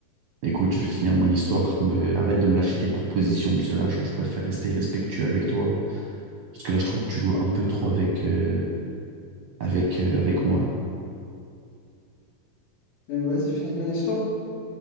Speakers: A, on the right; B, on the left.
A: Écoute, je vais finir mon histoire. Mais arrête de me lâcher tes propositions, monsieur l'agent. Je préfère rester respectueux avec toi. Parce que là, je trouve que tu joues un peu trop avec, euh, avec, euh, avec moi, là.
B: Euh, Vas-y, finis ton histoire.